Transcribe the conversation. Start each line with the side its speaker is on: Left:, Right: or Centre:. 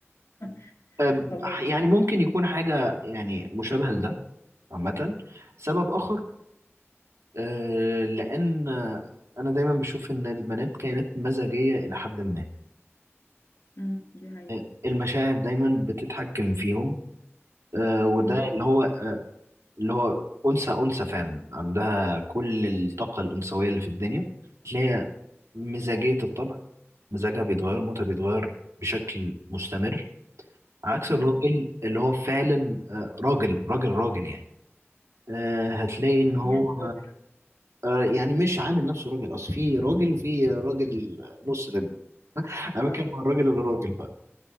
Left: <laughs>
Right: آه،
Left: خلاص
Right: يعني ممكن يكون حاجة يعني مشابهة لده عامة سبب آخر آه، لأن آه، أنا دايما بشوف إن البنات كائنات مزاجية إلى حد ما
Left: مم. دي حقيقة
Right: آه، المشاعر دايما بتتحكم فيهم آه، وده
Left: مم.
Right: اللي هو اللي هو أنثى أنثى فعلا عندها كل الطاقة الأنثوية اللي في الدنيا تلاقي مزاجية الطبع مزاجها بيتغير موتها بيتغير بشكل مستمر على عكس الراجل
Left: مم.
Right: اللي هو فعلا آه، راجل راجل راجل يعني آه، هتلاقي إن هو
Left: يعني راجل
Right: آه، يعني مش عامل نفسه راجل أصل في راجل وفي راجل نص لب <laughs> أنا
Left: اه
Right: بتكلم عن الراجل الراجل بقى